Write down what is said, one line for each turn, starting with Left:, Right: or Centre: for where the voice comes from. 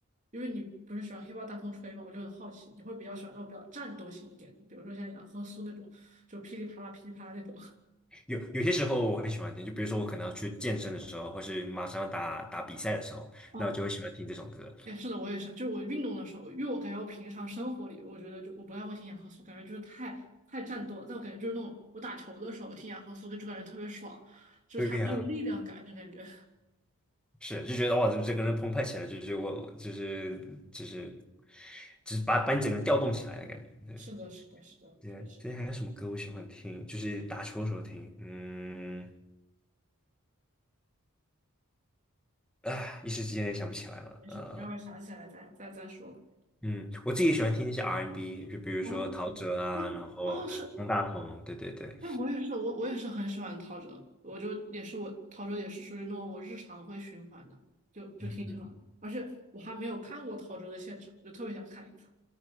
Right: 因为你不是喜欢黑豹大风吹嘛，我就很好奇，你会比较喜欢那种比较战斗型一点的，比如说像杨和苏那种，就噼里啪啦噼里啪啦那种。<laughs>
Centre: 有有些时候我很喜欢听，就比如说我可能要去健身的时候，或是马上要打打比赛的时候，
Right: 哦，
Centre: 那我就会喜欢听这种歌。
Right: 哎，是的，我也是，就是我运动的时候，因为我感觉我平常生活里，我觉得就我不太会听杨和苏，感觉就是太太战斗了。但我感觉就是那种我打球的时候听杨和苏，就感觉特别爽，就是他很有力量感，
Centre: 对呀，
Right: 就感觉。
Centre: 是就觉得哇，这整个人澎湃起来，就是我就是就是就是把把你整个人调动起来的感觉。对，
Right: 是的，是的，是的，
Centre: 之前之前还有什么歌我喜欢听？
Right: 确实
Centre: 就是打球的时候听，嗯，啊，一时之间也想不起来了。
Right: 没事，
Centre: 呃，
Right: 你待会儿想起来再再再说吧。
Centre: 嗯，我自己也喜欢听那些 R&B，就比如说陶喆啊，
Right: 哦，哎，
Centre: 然后方大同，
Right: 哦是，
Centre: 对对对，
Right: 哎，我也是，我我也是很喜欢陶喆，我就也是我陶喆也是属于那种我日常会循环的，就就挺喜欢的，
Centre: 嗯。嗯
Right: 而且我还没有看过陶喆的现场，我就特别想看一次。